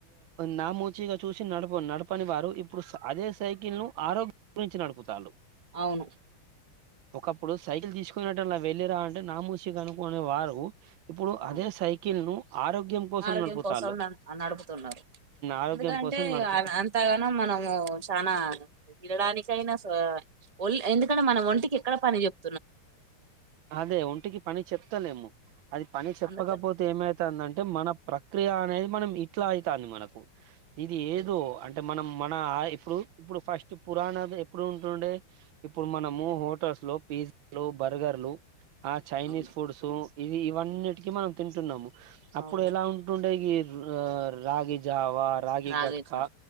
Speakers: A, on the right; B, on the right.
A: నామోచిగా చూసి నడప నడపని వారు ఇప్పుడు అదే సైకిల్ ను ఆరోగ్యం గురించి నడుపుతాలు
B: అవును
A: ఒకప్పుడు సైకిల్ తీసుకున్నడు అలా వెళ్ళి రా అంటే నామూషిగా అనుకునే వారు ఇప్పుడు
B: అవును
A: అదే సైకిల్ ను ఆరోగ్యం కోసం
B: ఆరోగ్యం
A: నడుపుతాళ్ళు
B: కోసం నడుపుతున్నారు
A: ఆరోగ్యం
B: ఎందుకంటే
A: కోసం నడుపు
B: అంతగానొ మనము చానా తినడానికైనా ఓల్ ఎందుకంటే మన ఒంటికి ఎక్కడ పని చెప్
A: అదే ఒంటికి పని చెప్తలేమో అది పని చెప్పకపోతే
B: అందుకని
A: ఏమైతుందంటే మన ప్రక్రియ అనేది మనం ఇట్లా అవుతాంది మనకు ఇది
B: ఉమ్.
A: ఏదో అంటే మనం మన ఇప్పుడు ఇప్పుడు ఫస్ట్ పురాణ ఎప్పుడు ఉంటుండే ఇప్పుడు మనము హోటల్స్ లో పి లు బర్గర్లు ఆ చైనీస్
B: అవును
A: ఫుడ్స్ ఇవి ఇవన్నిటికి మనం తింటున్నాము అప్పుడు
B: అవును
A: ఎలా ఉంటుండే గి ర్రా రాగిజావ్ అవా రాగి
B: నాగేశం
A: ఘట్కా